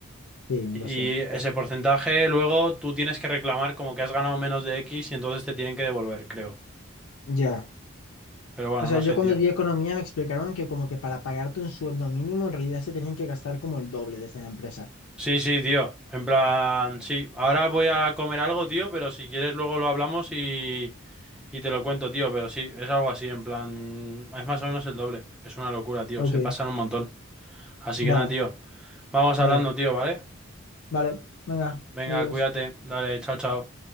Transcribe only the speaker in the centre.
Y
ese porcentaje luego tú tienes que reclamar como que has ganado menos de X y entonces te tienen que devolver, creo.
Pero bueno,
no
sé,
tío.
Sí, sí, tío. En plan, sí. Ahora voy a comer algo, tío, pero si quieres luego lo hablamos y, y te lo cuento, tío. Pero sí, es algo así, en plan, es más o menos el doble. Es una locura, tío.
Se pasan un montón. Así
que nada, tío. Vamos
hablando, tío, ¿vale?
Venga,
cuídate. Dale, chao, chao.